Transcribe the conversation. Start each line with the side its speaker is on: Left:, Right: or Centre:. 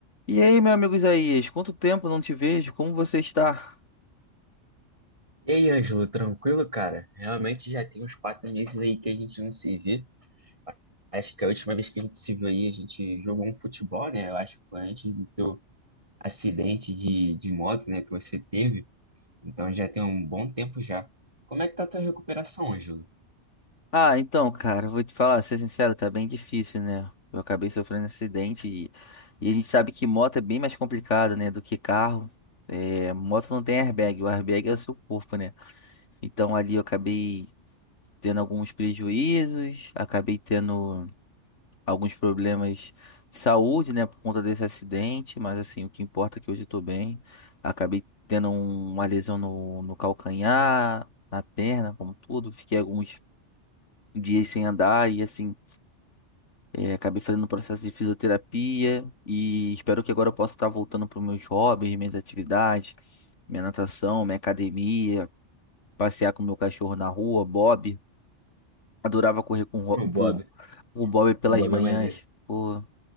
Left: E aí, meu amigo Isaías, quanto tempo não te vejo? Como você está?
Right: E aí, Ângelo, tranquilo, cara? Realmente já tem uns quatro meses aí que a gente não se vê. Acho que a última vez que a gente se viu aí, a gente jogou um futebol, né? Eu acho que foi antes do teu acidente de, de moto, né, que você teve. Então já tem um bom tempo já. Como é que tá a tua recuperação, Ângelo?
Left: Ah, então, cara, vou te falar, ser sincero, tá bem difícil, né? Eu acabei sofrendo um acidente e, e a gente sabe que moto é bem mais complicado, né, do que carro. É, moto não tem airbag, o airbag é o seu corpo, né? Então ali eu acabei tendo alguns prejuízos, acabei tendo. alguns problemas de saúde, né, por conta desse acidente, mas assim, o que importa é que hoje eu tô bem. Acabei tendo um- uma lesão no, no calcanhar, na perna, como tudo. Fiquei alguns dias sem andar e assim, é, acabei fazendo um processo de fisioterapia e espero que agora eu possa estar voltando para os meus hobbies, minhas atividades, minha natação, minha academia, passear com meu cachorro na rua, Bob. Adorava correr com o Ro-
Right: O
Left: com
Right: Bob,
Left: com o Bob pelas
Right: o Bob
Left: manhãs.
Right: é maneiro.
Left: Pô,